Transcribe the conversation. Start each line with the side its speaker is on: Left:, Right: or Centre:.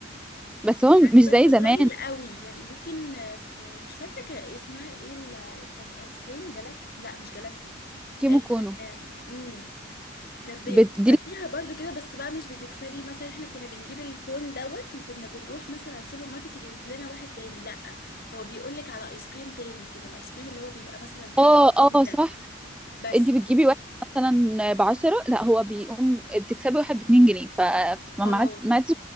Centre: بس هو
Left: يعني
Centre: مش زي
Left: بس قليل
Centre: زمان
Left: قوي يعني ممكن في مش فاكره كان اسمها ايه ال- بتاعت الايس كريم جالاكسي لا مش جالاكسي
Centre: كيمو
Left: آه،
Centre: كونو
Left: كان امم كانت بي-
Centre: بت...
Left: بيبقى
Centre: دي
Left: فيها برضو كده بس بقى مش بتكسبي مثلا احنا كنا بنجيب الكون دوت وكنا بنروح مثلا على السوبر ماركت يجيب لنا واحد تاني لا هو بيقول لك على ايس كريم تاني كده الايس كريم اللي هو بيبقى مثلا تو
Centre: اه
Left: ده
Centre: اه صح
Left: بس
Centre: انت بتجيبي واحد مثلا بعشرة لا هو بيقوم بتكسبي واحد باتنين جنيه ف... فما
Left: اه
Centre: ما عاد- ما عادش